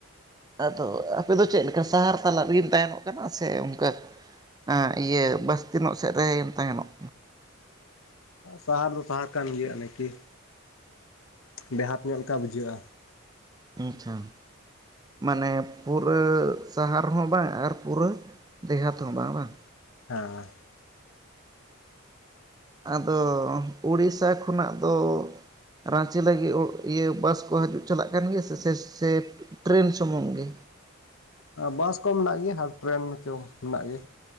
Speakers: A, on the right (about 20°); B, on the left (about 75°).
A: ᱟᱫᱚ ᱟᱯᱮᱫᱚ ᱪᱮᱫ ᱞᱮᱠᱟ ᱥᱟᱦᱟᱨ ᱛᱟᱞᱟᱜ ᱨᱮᱜᱮᱢ ᱛᱟᱦᱮ ᱱᱚᱜ ᱠᱟᱱᱟ ᱥᱮ ᱚᱱᱠᱟ ᱦᱟᱸᱜ ᱤᱭᱟᱹ ᱵᱟᱥᱛᱤᱱᱟᱚᱜ ᱥᱮᱫ ᱨᱮᱢ ᱛᱟᱦᱮᱱᱚᱜ
B: ᱥᱟᱦᱟᱨ ᱫᱚ ᱥᱟᱦᱟᱨ ᱠᱟᱱ ᱜᱮᱭᱟ <unintelligible> ᱵᱮᱦᱟᱛ ᱧᱚᱜ ᱞᱮᱠᱟ ᱵᱩᱡᱷᱟᱹᱜᱼᱟ᱾
A: ᱟᱪᱪᱷᱟ <inaudible> ᱢᱟᱱᱮ ᱯᱩᱨᱟᱹ ᱥᱟᱦᱟᱨᱮ ᱦᱚᱸ ᱵᱟᱝ ᱟᱨ ᱯᱩᱨᱟᱹ ᱫᱮᱦᱟᱛ ᱦᱚᱸ ᱵᱟᱝ ᱵᱟᱝ
B: ᱦᱮᱸ
A: ᱟᱫᱚ ᱳᱲᱤᱥᱥᱟ ᱠᱷᱚᱱᱟᱜ ᱫᱚ ᱨᱟᱟᱸᱪᱤ ᱞᱟᱹᱜᱤᱫ ᱤᱭᱟᱹ ᱵᱟᱥ ᱠᱚ ᱦᱤᱡᱩᱜ ᱪᱟᱞᱟᱜ ᱠᱟᱱ ᱜᱮᱭᱟ ᱥᱮ ᱥᱮᱴ ᱴᱨᱮᱱ ᱥᱩᱢᱩᱝ ᱜᱮ
B: ᱵᱟᱥ ᱠᱚ ᱢᱮᱱᱟᱜ ᱜᱮᱭᱟ ᱟᱨ ᱴᱨᱮᱱ ᱪᱚ ᱢᱮᱱᱟᱜ ᱜᱮ